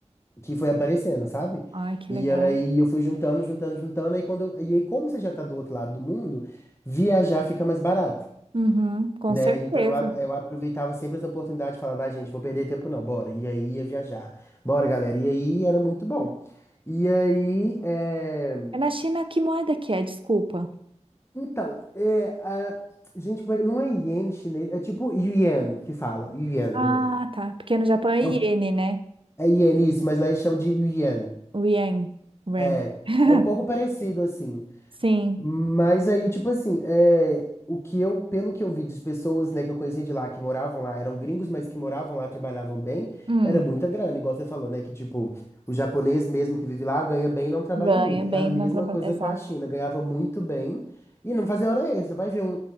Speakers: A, on the left; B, on the right.
A: que foi aparecendo, sabe?
B: Ai, que
A: E
B: legal.
A: aí eu fui juntando, juntando, juntando, aí quando eu- e aí como você já tá do outro lado do mundo, viajar fica mais barato,
B: Uhum, com
A: né?
B: certeza.
A: Então eu, a- eu aproveitava sempre essa oportunidade, falava, vai, gente, vou perder tempo não, bora. E aí ia viajar. Bora, galera. E aí era muito bom. E aí, é...
B: É na China, que moeda que é? Desculpa.
A: então, é, a... gente, como é que- não é iene chinês, é tipo yuan que fala, yuan,
B: Ah,
A: lembrei.
B: tá. Porque no Japão é
A: É,
B: iene,
A: um...
B: né?
A: é iene isso, mas lá eles chamam de yuan.
B: O Yang. Ren.
A: É
B: <laughs>
A: é um pouco parecido assim.
B: Sim.
A: Mas aí, tipo assim, é, o que eu, pelo que eu vi das pessoas, né, que eu conheci de lá, que moravam lá, eram gringos, mas que moravam lá, trabalhavam bem,
B: Hum,
A: era muita grana, igual você falou, né, que tipo, o japonês mesmo que vive lá ganha bem e não trabalha
B: ganha
A: muito.
B: bem
A: É a mesma
B: no trabalho.
A: coisa
B: Exato.
A: com a China, ganhava muito bem e não fazia hora extra. Vai ver um,